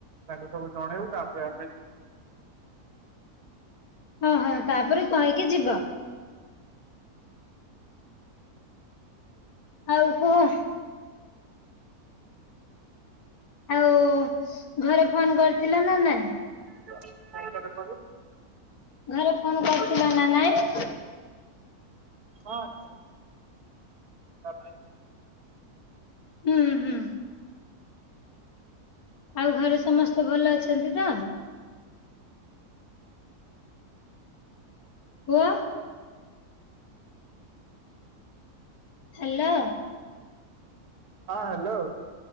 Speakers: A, on the right (about 80°); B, on the left (about 70°).
A: ତାଙ୍କୁ ସବୁ ଜଣେଇବୁ ତାପରେ ଆମେ ଯିବୁ।
B: ଓହୋଃ ତାପରେ କହିକି ଯିବ। ଆଉ କୁହ? ଆଉ ଘରେ ଫୋନ କରିଥିଲ ନା ନାଇଁ?
A: <unintelligible> କରୁ
B: ଘରେ ଫୋନ କରିଥିଲେ ନା ନାଇଁ?
A: ହଁ ଫୋ <unintelligible>
B: ହୁଁ ହୁଁ। ଆଉ ଘରେ ସମସ୍ତେ ଭଲ ଅଛନ୍ତି ତ?
A: <unintelligible>
B: ପୁଅ ହ୍ୟାଲୋ
A: ହଁ ହ୍ୟାଲୋ